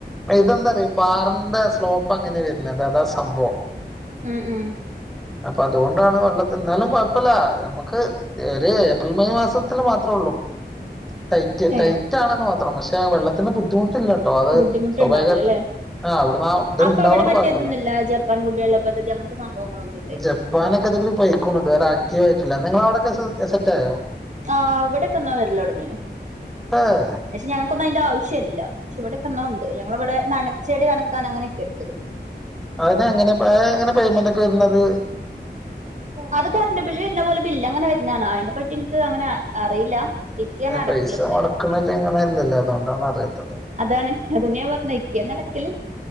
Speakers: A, in the centre; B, on the right.
A: ഇതെന്താറിയോ പാറന്റെ സ്ലോപ്പ് അങ്ങനെ <unintelligible> അതാ സംഭവം
B: ഉം ഉം
A: അപ്പൊ അതുകൊണ്ടാണ് വെള്ളത്തി ന്നാലും കൊഴപ്പല്ല നമ്മുക്ക് ഒരു ഏപ്രിൽ മെയ് മാസത്തില് മാത്രേ ഒള്ളൂ ടൈറ്റ്
B: ഏ
A: ടൈറ്റാണെന്ന് മാത്രം പക്ഷെ ആ വെള്ളത്തില് ബുദ്ധിമുട്ടില്ല കേട്ടോ അത്
B: ബുദ്ധിമുട്ടുണ്ടാവൂലല്ലേ
A: സ്വാഭാവികായിട്ട് ആഹ് അവിട്ന്നാ ഇത്
B: അപ്പൊ
A: ഇണ്ടാവോണ്ട്
B: അവിടെ മറ്റേതൊന്നുല്ല
A: കൊഴപ്പല്ല.
B: ജപ്പാൻ കുടിവെള്ള പദ്ധതി അങ്ങനത്തെ സംഭവങ്ങളൊന്നുല്ലേ
A: ജപ്പാനൊക്കെ <unintelligible> ആക്റ്റീവായിട്ടില്ല നിങ്ങളവിടെക്കെ സെ സെറ്റ് ആയോ
B: ആഹ് ഇവിടൊക്കെ എന്നോ വെര്ല്ലൊട്‌ങ്ങീണ്.
A: ഏഹ്
B: പക്ഷെ ഞങ്ങക്കൊന്നും അയ്ന്റെ ആവശ്യല്ല. പക്ഷെ ഇവിടെക്കെന്നോണ്ട് ഞങ്ങളിവിടെ നന ച്ചെടിനനക്കാൻ അങ്ങനെയൊക്കെട്ക്കല്
A: അതിനെങ്ങനെ അ ഏ എങ്ങനെ പെയ്മെന്റ് ഒക്കെ വെര്നത്
B: അത് കർന്റ് ബില്ല് വരുന്ന പോലെ ബില്ലങ്ങനെ വർന്നാണ അയിനെ പറ്റി ഇൻക്ക് അങ്ങനെ അറിയില്ല ഇക്കാണ് അടക്കലൊക്കെ
A: പൈസ മുടക്കണല്ല ഇങ്ങനെയല്ലല്ലോ അതുകൊണ്ടാണ് അറിയാത്തത്
B: അതാണ് അതന്നേ പർന്നെ ഇക്കേണടക്കല്